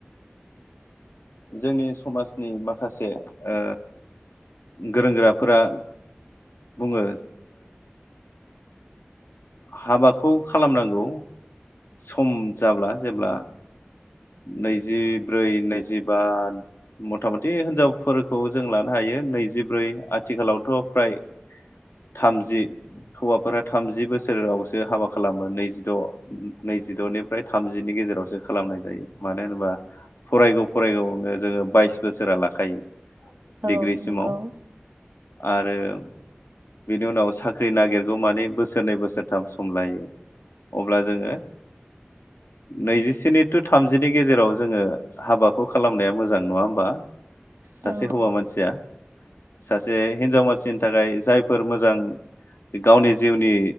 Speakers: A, on the left; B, on the right.
A: जोंनि समाजनि माखासे ओ गोरों गोराफोरा बुङो हाबाखौ खालामनांगौ सम जाब्ला जेब्ला नैजिब्रै नैजिबा मथा मथि हिनजावफोरखौ जों लानो हायो नैजिब्रै आथिखालावथ' फ्राय थामजि हौवाफोरा थामजि बोस सोरावसो हाबा खालामो नैजिद' नैजिद'निफ्राय थामजिनि गेजेरावसो खालामनाय जायो मानो होनोबा फरायगौ फरायगौआवनो जोङो बाइस बोसोरा लाखायो।
B: औ
A: डिग्रिसिमाव
B: नोंगौ
A: आरो बिनि उनाव साख्रि नागिरगौ मानि बोसोरनै बोसोर सोरथाम सम लायो अब्ला जोङो नैजिस्नि टु थामजिनि गेजेराव जोङो हाबाखौ खालामनाया मोजां नङा होमबा। सासे
B: औ
A: हौवा मानसिया सासे हिनजाव मानसिनि थाखाय जाय फोर मोजां गावनि जिउनि